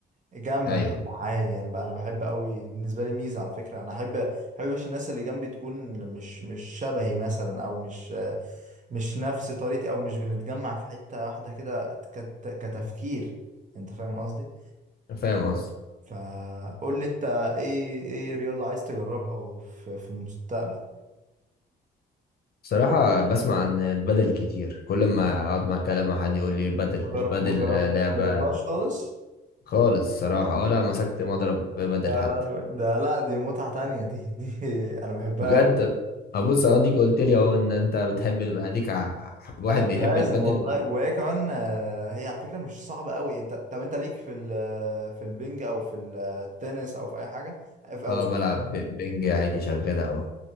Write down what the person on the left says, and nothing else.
ايوه
فاهم قصدي
صراحة بسمع عن البدل كتير كل ما اقعد مع كلام مع حد يقول لي البدل
البدل
آه، لعبة
خالص صراحة ولا مسكت مضرب بدل
حتى
بجد ابص انا ديك قلت لي اهو ان انت بتحب ال- اديك ع- واحد
بيحب
البدل
اه بلعب ب- بنج عادي شغالة اهو